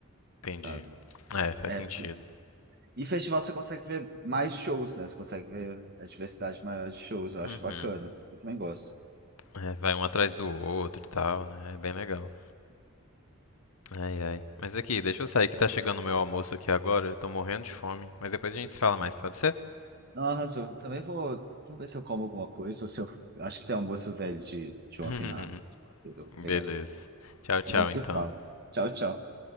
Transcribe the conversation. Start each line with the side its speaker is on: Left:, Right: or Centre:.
Left: entendi.
Right: sabe?
Left: É, faz
Right: É,
Left: sentido.
Right: porque- e festival você consegue ver mais shows, né? Você consegue ver a diversidade maior de shows, eu acho
Left: Uhum.
Right: bacana. Eu também gosto.
Left: É, vai um atrás do outro e tal, né? É bem legal. Ai, ai. Mas aqui, deixa eu sair que tá chegando o meu almoço aqui agora. Eu tô morrendo de fome. Mas depois a gente se fala mais, pode ser?
Right: Não, arrasou. Também vou, vou ver se eu como alguma coisa, ou se eu. Acho que tem almoço velho de, de
Left: <laughs>
Right: ontem na. Eu vou pegar
Left: Beleza.
Right: aí.
Left: Tchau, tchau,
Right: A gente se
Left: então.
Right: fala. Tchau, tchau.